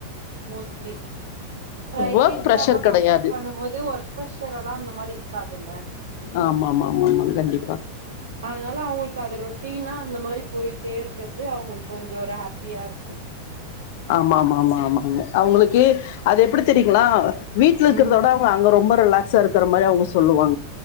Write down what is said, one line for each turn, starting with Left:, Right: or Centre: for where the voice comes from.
Right: மோஸ்ட்லி பிரைவேட்
Left: ஒர்க் ப்ரெஷர்
Right: ஜாப்பா
Left: கெடையாது
Right: கம்பேர் பண்ணும் போது ஒர்க் ப்ஷர் எல்லாம் அந்த மாரி மாரி இருக்காதுல்ல
Left: ஆமா ஆமா ஆமா ஆமா கண்டிப்பா
Right: அதனால அவங்களுக்கு அத ரொட்டினா அந்த மாரி போயிட்டே இருக்கறது அவங்களுக்கு கொஞ்சம் ஒரு ஹா பியா இருக்கும்
Left: ஆமா ஆமா ஆமா ஆமாங்க அவங்களுக்கு அது எப்டி தெரியுங்களா வீட்டுல இருக்கிறத
Right: ம்
Left: விட அவங்க ரொம்ப ரிலாக்ஸ்ஸ இருக்க மாரி அவங்க சொல்லுவங்க